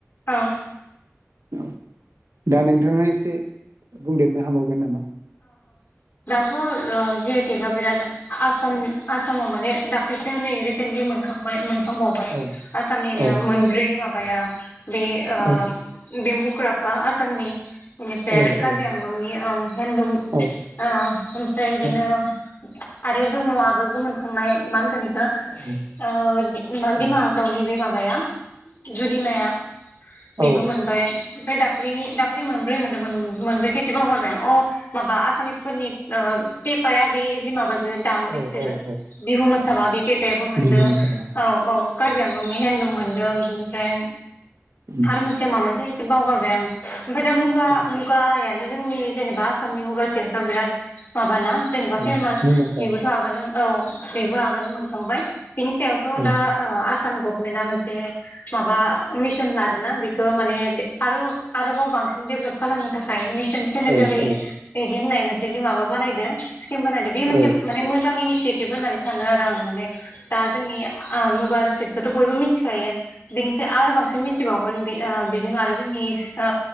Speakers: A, on the left (about 45°); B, on the right (about 75°).
A: औ
B: <unintelligible> दा नोंथाङा एसे से बुंदेरनो हाबावगोन नामा?
A: थ' ओ जि आइ टेगआ बिराद आसाम आसामाव माने दाख्लैसो नै रिसेन्टलि मोनखांबाय मोन खांबावबाय
B: औ
A: आसामनिनो
B: औ
A: मोनब्रै माब <unintelligible> बे ओ
B: औ
A: बेम्बु क्राफा आसामनि इनिफ्राय
B: औ
A: आरो कार्बि
B: औ
A: आंलंनि ओम हेन्दलुम ओ
B: औ
A: ओमफ्राय दिनो
B: औ
A: आरो दङ आगोलबो मोनखांनाय मा होनगोन इख हो
B: औ औ
A: ओ दि मा
B: औ
A: डिमाहासावनि बे माब माया जुदिमाया बेबो
B: औ
A: मोनबाय ओमफ्राय दाख्लैनि दाख्लै मोन मोनदोंमोन उम मोनब्रैखौ एसे बावगारबाय आं अ माबा आसामिसफोरनि ओ पेपाया बे जिस माब <unintelligible> जो दामो इसोरो
B: औ औ औ
A: बिहु मोसाबा
B: औ
A: बे पेपायाबो मोनदो
B: बिहु मोसाबा
A: औ औ कार्बि आंलंनि हेनलु मोन दों बिनिफ्राय
B: उम
A: आरो मोनसेया मामोन <unintelligible> एसे बावगारबाय आं ओमफ्राय दा <unintelligible> जोंनि
B: औ
A: जेनेबा आसामनि मुगा सिल्कआ बिराद माब ना जेनेबा
B: औ
A: फेमास
B: मुंदांखा
A: बेबोथ' आगालनोमोन औ बेबो आगो मोनखांबाय बिनि सायावथ'
B: औ
A: दा आसाम गभ मेना मोनसे माबा मिशन लादों ना बेखौ माने आरो आरोबाव बांसिन डेभलप खालामनो थाखाय मिस सन सिना
B: औ
A: जुरि
B: औ
A: बिदि होननाय मोनसे जि माबा बानायदो केम बानायदो बे मोनसे
B: औ
A: माने मोजां इनिस एथिब होन्नानै सानो आरो आं। माने दा जोंनि आ मुगा सेतखौथ' बयबो मिथिखायो। बिनिसै आरो बांसिन मिथिबावगोन बे ओ बेजों आरो जोंनि ओ